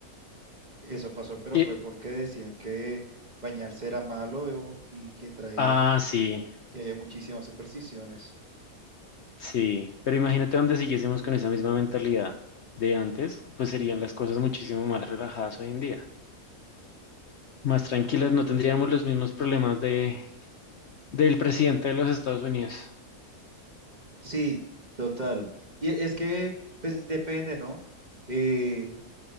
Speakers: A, on the right; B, on the left.
A: Eso pasó, pero
B: Y-
A: fue porque decían que bañarse era malo o- y que traía,
B: ah, sí,
A: y había muchísimas supersticiones.
B: sí, pero imagínate donde siguiésemos con esa misma mentalidad de antes, pues serían las cosas muchísimo más relajadas hoy en día, más tranquilas, no tendríamos los mismos problemas de, del presidente de los Estados Unidos,
A: Sí, total. Y e- es que, pues depende, ¿no? Eh,